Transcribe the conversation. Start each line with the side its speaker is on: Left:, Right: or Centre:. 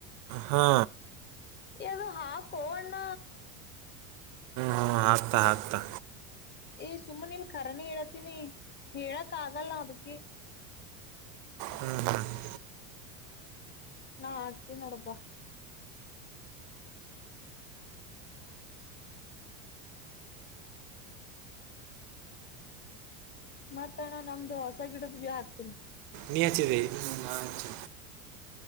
Right: ಹಾ
Left: ಯದುೋ ಹಾಕೋ ಅಣ್ಣ
Right: ಹಾಂ ಆಾಕ್ತಾ ಹ ಆಗ್ತಾ
Left: ಏ್ ಸುಮ್ಮನೆ ಇಲ್ ಖರನಿ ಹೇಳತೀನಿ ಹೇಳಕ್ ಆಗಲ್ಲ ಅದಕ್ಕೆ
Right: ಹ್ಮ್ ಹ್ಮ <inaudible>
Left: ನಾ- ಆಗ್ತೀ ನೋಡಪ್ಪಾ. ಮತ್ತ ಅಣ್ಣ ನಮ್ದು ಹೊಸ ಗಿಡದ ಭೀ ಹಾಕ್ತನಿ.
Right: ನೀಚಿದ್ದ <unintelligible>